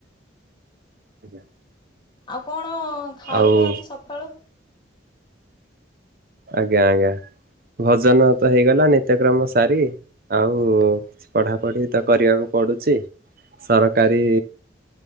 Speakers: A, on the right; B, on the left.
A: ଆଜ୍ଞା।
B: ଆଉ କଣ ଖାଇଲେ
A: ଆଉ
B: ଆଜି ସକାଳୁ?
A: ଆଜ୍ଞା ଆଜ୍ଞା। ଭୋଜନ ତ ହେଇଗଲା, ନିତ୍ୟକ୍ରମ ସାରି ଆଉ ପଢାପଢି ତ କରିବାକୁ ପଡୁଛି ସରକାରୀ